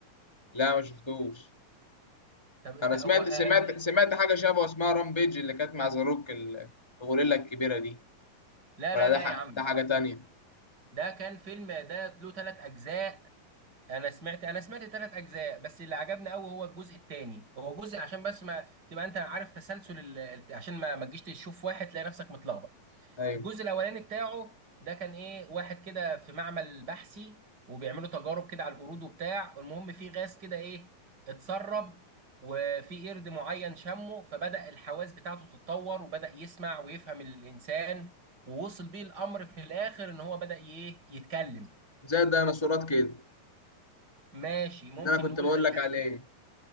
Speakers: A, on the left; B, on the right.
A: لا ما شفتوش
B: طب انت
A: أنا
B: هو
A: سمعت
B: آه،
A: سمعت
B: هو
A: سمعت حاجة شبه اسمها رامبيج اللي كانت مع زاروك ال- الغوريلا الكبيرة دي
B: لا
A: ولا
B: لا
A: ده
B: لا
A: ح-
B: يا عم
A: ده حاجة تانية
B: ده كان فيلم ده له ثلاث اجزاء انا سمعت انا سمعت ثلاث اجزاء بس اللي عجبني قوي هو الجزء الثاني هو جزء عشان بس ما تبقى انت عارف تسلسل ال... عشان ما ما تجيش تشوف واحد تلاقي نفسك متلخبط
A: أيوه
B: الجزء الاولاني بتاعه ده كان ايه واحد كده في معمل بحثي وبيعملوا تجارب كده على القرود وبتاع المهم في غاز كده ايه اتسرب وفي قرد معين شمه فبدأ الحواس بتاعته تتطور وبدأ يسمع ويفهم الإنسان ووصل بيه الأمر في الآخر إن هو بدأ ايه يتكلم
A: زي الديناصورات كده
B: ماشي ممكن
A: اللي أنا كنت
B: نقول
A: بقول
B: زيها
A: لك عليه
B: كده